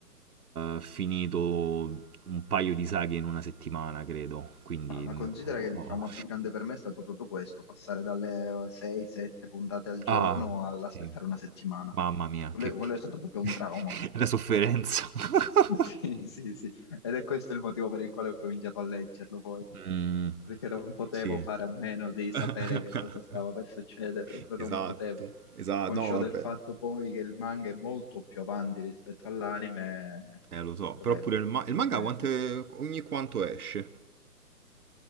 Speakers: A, on the right (about 65°); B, on the left (about 20°).
A: eh, finito un paio di saghe in una settimana, credo. Quindi...
B: Ma, ma
A: n-
B: considera
A: ho-
B: che il
A: ho-
B: trauma più grande per me è stato proprio questo, passare dalle 6-7 puntate al giorno
A: Ah,
B: all'aspettare
A: sì.
B: una settimana.
A: Mamma mia,
B: Quello,
A: che...
B: quello
A: che-
B: è stato proprio un trauma.
A: <laughs> la sofferenza.
B: <laughs>
A: <laughs>
B: Sì, sì, sì. Ed è questo il motivo per il quale ho cominciato a leggerlo poi,
A: Mm,
B: perché non potevo
A: sì.
B: fare a meno di
A: <laughs>
B: sapere che cosa stava per succedere, non
A: Esatto,
B: potevo.
A: esatto,
B: Conscio
A: no, vabbè.
B: del fatto poi che il manga è molto più avanti rispetto all'anime,
A: Eh, lo so,
B: dovevo,
A: però pure il, ma-
B: dovevo.
A: il manga quante- ogni quanto esce.